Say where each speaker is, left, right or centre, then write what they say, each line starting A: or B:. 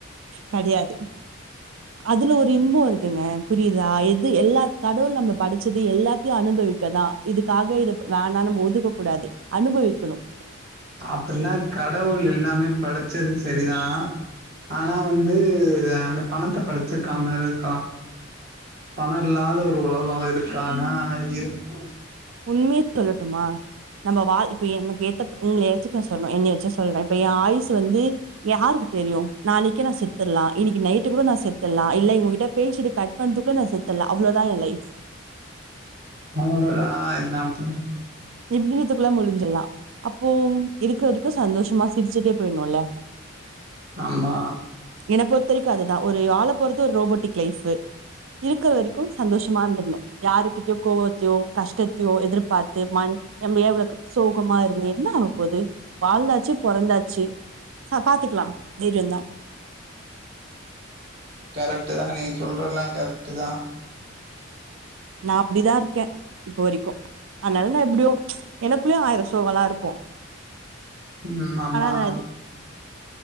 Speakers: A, on the right; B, on the right.
A: கிடையாது அதுல ஒரு இன்பம் இருக்குங்க புரியுதா எது எல்லா கடவுள் நம்ம படிச்சது எல்லாத்தையும் அனுபவிக்கதான் இதுக்காக இதை வேணாம் நம்ம ஒதுக்க கூடாது அனுபவிக்கணும்
B: அப்டின்னா கடவுள் எல்லாமே படச்சது சரிதான் ஆனா வந்து அந்த பணத்தை படிச்சிருக்காமி இருக்கலாம் பண இல்லாத ஒரு உலகம் இருக்க ஆனா இருக்கும்
A: உண்மையே சொல்லட்டுமா நம்ம வா இப்ப எனக்கு ஏத்த உங்களை ஏச்ச நான் சொல்லறன் என்னை வச்சும் சொல்றேன் இப்ப என் ஆயுசு வந்து யாருக்கு தெரியும் நாளைக்கே நான் செத்துடலாம் இன்னைக்கு நைட்டு கூட நான் செத்து சத்தலாம் இல்ல இங்ககிட்ட பேசடி கட் பண்ணுக்குள்ள நான் செத்தலாம் அவ்வளவுதான் என் லைஃப்
B: அவ்வளவுதான் என்ன பண்றது
A: இபத்துக்குள்ள முடிஞ்சலாம் அப்போ இருக்க வரைக்கும் சந்தோஷமா சிரிச்சுட்டே போயிடணும்ல
B: ஆமா
A: என்ன பொறுத்த வரைக்கும் அதுதான் ஒரு ஆளை போறது ஒரு ரோபோட்டிக் லைஃப் இருக்கிற வரைக்கும் சந்தோஷமா இருந்தணும் யார கிட்டக்கோவத்தோயோ கஷ்டத்தையோ எதிர்பார்த்து மண் எம எவ்ளவு சோகமா இருந்து என்ன ஆக போது வாழ்ந்தாச்சு பிறந்தாச்சு சோ பாத்துக்கலாம் தைரியம்தான்
B: கரெக்ட் தான் நீங்க சொல்றல்லாம் கரெக்ட் தான்
A: நான் அப்படிதான் இருக்கேன் இப்போ வரைக்கும் அதனால நான் எப்படியோ எனக்குள்ளயும் ஆயிரம் சோகம் இருக்கும்
B: உம் ஆமா
A: ஆனா நான் அது